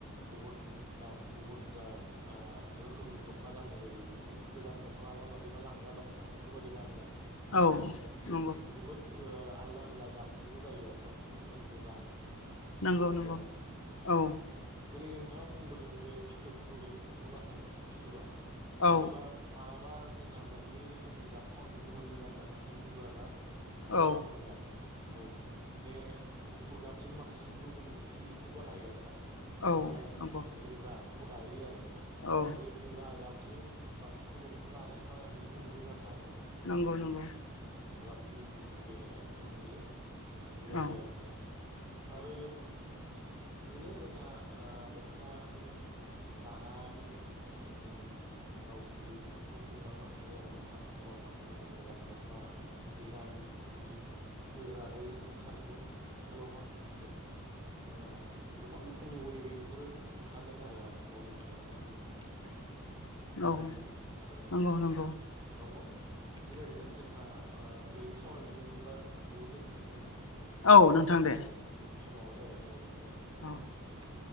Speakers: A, on the right (about 20°); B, on the left (about 65°).
A: गुबुन गाब गुबुन जा रोखोमनि दख'ना गाननाय जायो बेखौ गोदान दख'ना बा मादिबा लांगा दख'ना बेफोरबायाददि गानो आरो।
B: औ
A: ओ बियो
B: नंगौ
A: जोबोद ओ आलदा आलदा गाबनिबो जायो आरोना बेफोरो मुगानि बेफोरबायदि
B: नंगौ नंगौ
A: आरोना औ
B: औ
A: जेरै नोंथाङा बुंबोदों बे फिथोबखौ जों एमफौ लाथानि फिथोबा। फिथोबा
B: औ
A: मालाबा बा जोंहा मोननै रोखोमनि गाबखौ आं नुनो मोनदों आरोना मोनसे मुगा गाब मोनसे
B: औ
A: गुफुर गाब औ बे गुफुर गाबजों बांसिनखौ जों जि बेखौ बानायो आरो ना
B: औ
A: जि दानाय
B: नंगौ
A: माने जोमग्राफोरखौ दायो आरो।
B: औ
A: आरो बे मुगा गाबजों बांसिनखौ दख'ना दानाय मा बिदिखौ नुदों आरो ना आङो।
B: नंगौ नंगौ।
A: बि इनदि बे खुनदिजों बेबायदि
B: औ
A: आरो नोंथां। आरो बेनो जोंहा ओ दख'नाफोर दानानै ओ जों। गावनि जिउफोरखौबो खुंलांनो हायो आरोना आथिखालावहा गोदान गोदान दख'ना डिजाइन। बिदि होग्राबो ओंखारदों आथिखालावहाय जों ओ गोबां रोखोमनि वेबिंफोर ओंखारदों आरो आथिखालाव जोंनि बर' हारिनि सुबुंफोरनावहााय बेबायदि
B: औ
A: आरो
B: नंगौ नंगौ
A: दङ। बेबायदिनो जोंहा ओरैनो सावरायनायखौ बिदिबा बेयावनो दोनथ'नोसै नामा?
B: औ नोंथां दे।
A: नंगौ समाबो जाबाय औ दे दोनथ'बाय।
B: औ